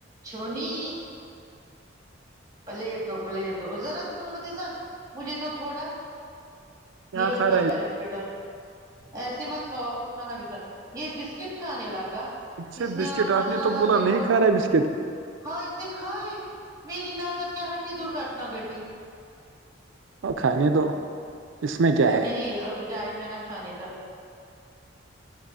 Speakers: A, on the right (about 20°); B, on the right (about 80°).
A: چھونی پلیٹ دو پلیٹ دو ذرا سا مگ متی سر مجھے دو تھوڑا
B: کیا
A: یہ لو
B: کھا
A: میں
B: رہا
A: پلیٹ بی دو ایسے مت کھاؤ آپ کو کھانا بھی کا یہ بسکٹ کھانے لگا
B: ہے
A: اس نے
B: بسکٹ آپ
A: ماشاء
B: نے تو
A: اللہ
B: بولا
A: سے
B: نہیں
A: بہت
B: کھا رہا ہے بسکٹ
A: ہاں اسنے کھائی میری نظر کیا ہٹی درگھٹنا گھٹی
B: اور کھانے دو اس میں کیا ہے
A: نہیں ابھی ٹائم ہے نا کھانے کا